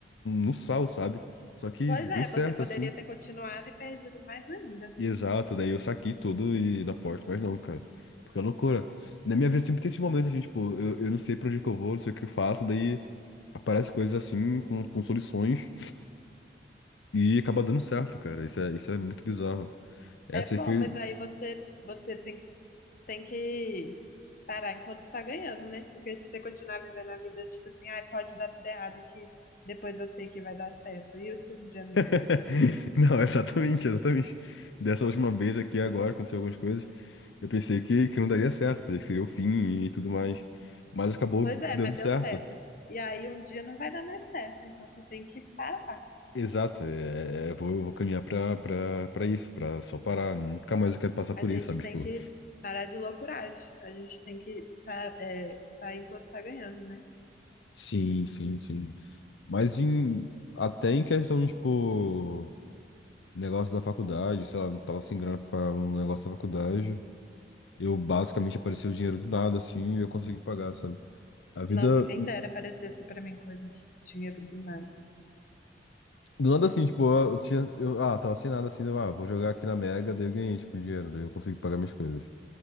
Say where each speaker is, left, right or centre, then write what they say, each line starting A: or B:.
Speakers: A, on the left (about 90°); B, on the left (about 45°).
A: no sal, sabe? Só que
B: Pois
A: deu
B: é,
A: certo,
B: você poderia
A: assim.
B: ter continuado e perdido mais ainda.
A: e Exato, daí eu saquei tudo e na porta, mas não, cara. Porque é loucura. Na minha vida sempre tem esse momento assim, tipo, eu, eu não sei pra onde que eu vou, não sei o que eu faço, daí aparece coisas assim, com, com soluções, e acaba dando certo, cara. Isso é, isso é muito bizarro. Essa
B: É bom,
A: aí foi.
B: mas aí você, você tem tem que parar enquanto tá ganhando, né? Porque se você continuar vivendo a vida, tipo assim, ah, pode dar tudo errado, que depois eu sei que vai dar certo. E se um dia não der
A: <laughs>
B: certo?
A: Não, exatamente, exatamente. Dessa última vez aqui agora, aconteceu algumas coisas. Eu pensei que, que não daria certo, pensei que seria o fim e tudo mais. Mas acabou
B: Pois é,
A: dando
B: mas
A: certo.
B: deu certo. E aí um dia não vai dar mais certo, então você tem que parar.
A: Exato, é, é, eu vou, eu vou caminhar pra, pra, pra isso, pra só parar. Nunca mais eu quero passar por
B: A gente
A: isso, sabe?
B: tem
A: Tipo,
B: que parar de loucuragem. A gente tem que pa- é, sair enquanto tá ganhando, né?
A: sim, sim, sim. Mas em, até em questão, tipo, negócio da faculdade, sei lá, não tava sem grana pra pagar um negócio da faculdade. Eu basicamente apareceu o dinheiro do nada, assim, e eu consegui pagar, sabe? A vida.
B: Nossa, quem dera aparecesse pra mim coisa de dinheiro do nada.
A: Do nada assim, tipo, eu, eu tinha. Eu, ah, tava sem nada assim, eu, ah, vou jogar aqui na Mega, daí eu ganhei, tipo, um dinheiro, daí eu consegui pagar minhas coisas.